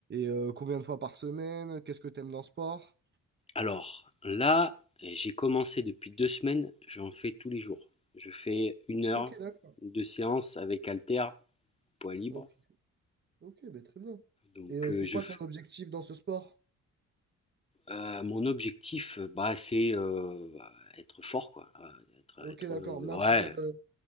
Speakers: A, on the right; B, on the left.
A: euh, combien de fois par semaine? Qu'est-ce que tu aimes dans le sport?
B: Alors là, j'ai commencé depuis deux semaines. J'en fais tous les jours. Je fais une heure
A: Ok, d'accord.
B: de séance avec haltère, poids libre.
A: Ok, ok, ben très bien.
B: Donc
A: Et euh,
B: euh,
A: c'est
B: je,
A: quoi ton objectif dans ce sport?
B: Heu, mon objectif, euh, bah, c'est, heu, bah, être fort quoi, heu, être
A: Ok,
B: être,
A: d'accord.
B: heu,
A: Maintenir.
B: ouais,
A: euh,